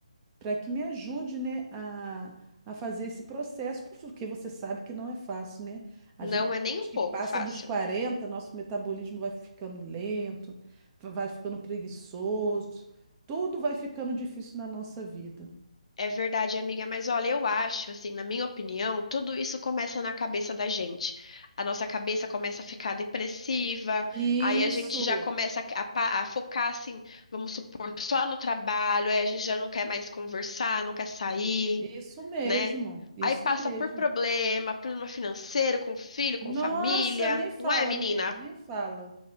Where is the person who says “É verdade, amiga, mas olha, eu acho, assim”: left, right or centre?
Left